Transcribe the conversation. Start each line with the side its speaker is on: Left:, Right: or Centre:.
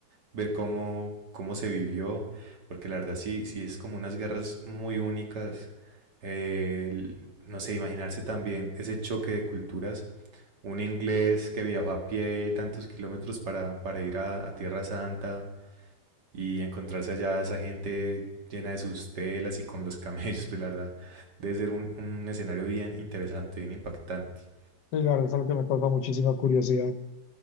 Right: ver cómo, cómo se vivió, porque la verdad sí, sí es como unas guerras muy únicas. Eh, el- no sé, imaginarse también ese choque de culturas. Un inglés que viajó a pie tantos kilómetros para, para ir a, a Tierra Santa, y encontrarse allá esa gente llena de sus telas y con los <laughs> camellos, pues la verdad, debe ser un, un escenario bien interesante, bien impactante.
Left: Y la verdad es algo que me causa muchísima curiosidad.